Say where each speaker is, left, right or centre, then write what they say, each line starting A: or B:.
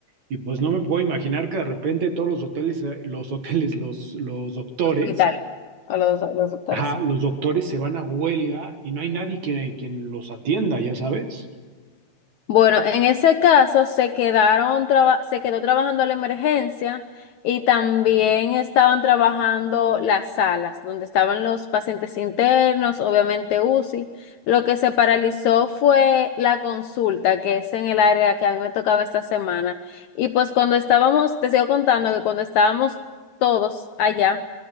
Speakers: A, on the right; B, on the left.
A: y pues no me puedo imaginar que de repente todos los hoteles, eh, los hoteles, los, los doctores
B: Hospital, a los, a los doctores.
A: Ajá,
B: sí.
A: los doctores se van a huelga y no hay nadie quien, quien los atienda, ya sabes.
B: Bueno, en ese caso se quedaron traba- se quedó trabajando la emergencia y también estaban trabajando las salas donde estaban los pacientes internos, obviamente UCI. Lo que se paralizó fue la consulta, que es en el área que a mí me tocaba esta semana. Y pues cuando estábamos, te sigo contando que cuando estábamos todos allá